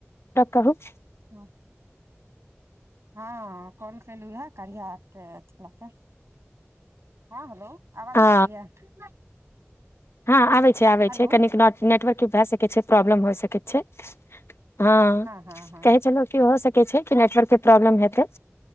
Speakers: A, on the left; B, on the right.
A: त कहू?
B: हँ हँ कॉल कलू है, कार्य आपके <unintelligible> ल हँ हेलो आवाज
A: ह
B: नहि आबैय?
A: हँ आबै छै, आबै
B: हेलो
A: छै, कनिक नेटवर्क भए सकैत छै प्रॉब्लम होए सकैत छै। हँ
B: हँ हँ
A: कहै छलू की हो सकै छै, कि नेटवर्कके प्रॉब्लम हेतै।